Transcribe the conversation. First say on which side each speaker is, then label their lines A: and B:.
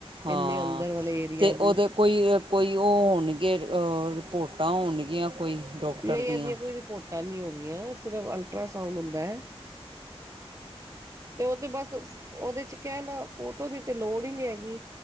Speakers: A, on the right; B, on the right.
A: ਹਾਂ
B: ਇੰਨੇ ਅੰਦਰ ਵਾਲੇ ਏਰੀਆ
A: ਤੇ ਉਹਦੇ
B: ਦੀ
A: ਕੋਈ- ਕੋਈ ਉਹ ਹੋਣਗੇ ਰਿਪੋਰਟਾਂ ਹੋਣਗੀਆਂ ਕੋਈ ਡਾਕਟਰ
B: ਨਹੀਂ
A: ਦੀਆਂ
B: ਇਹਦੀਆਂ ਕੋਈ ਰਿਪੋਰਟਾਂ ਨਹੀਂ ਹੋਇਆ ਸਿਰਫ ਅਲਟਰਾਸਾਊਂਡ ਹੁੰਦਾ। ਤੇ ਉਹ ਤੇ ਬਸ ਉਹਦੇ 'ਚ ਕਹਿਣਾ ਫੋਟੋ ਦੀ ਤੇ ਲੋੜ ਹੀ ਨਹੀਂ ਹੈਗੀ।